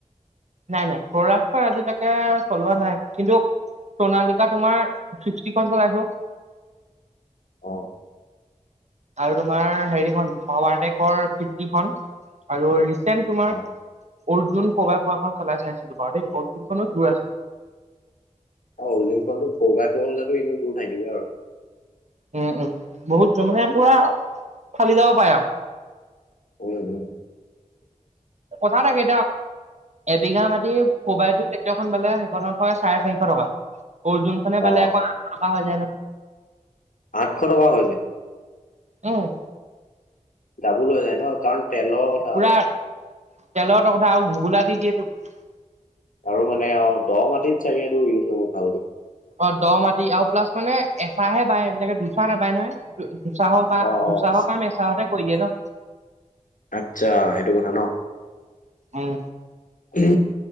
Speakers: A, on the right; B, on the left.
A: নাই-নাই স্বৰাজৰ আজি লৈকে চলোৱা নাই কিন্তু। সণালিকা তোমাৰ ছিক্সটিখন চলাইছো।
B: অহ
A: আৰু তোমাৰ হেৰিখন পাৱাৰটেকৰ ফিফটি খ আৰু। যেন তোমাৰ
B: অ
A: অৰ্জুন প্ৰবখন চলাই চাইছিলো বাৰু দেই অৰ্জুনখনো জোৰ আছে।
B: অ হজিং ফো ফাই ফ হলে এনে জোৰ থাকিব আৰু
A: উম-উম বহুত মানে পুৰা ফালি যাব পাৰে আৰু।
B: উম-উম
A: কথা থ গে এবিঘা মাটি সবাইটো ট্ৰেক্টৰ বালে সেইখনত হয় চাৰে চাৰিশ টকা। অৰ্জুন খনে
B: অ',
A: বালে একৌ আঠশ টকা হৈ যায় ন।
B: আঠশ টকা হৈছে।
A: অহ
B: গাবুল হৈ যায় ন কাৰণ তেলৰ কথা
A: পুৰা
B: আৰু।
A: তেলৰ কথা আৰু ঘগোলা দি দিয়েতটো
B: আৰু মানে অ দ মাটিত চাগেটো ইউজ হব ভালক
A: অ দ মাটি আৰু প্লাছ মানে এচাহে বায় এনেকে দুচাহ নাপায় নহয়। দুচাহৰ বা
B: অ',
A: দুচাহৰ
B: অ',
A: কাম এচাহতে কৰি দিয়ে ন।
B: আচ্ছা, সেইটো কথা ন।
A: উম,
B: উ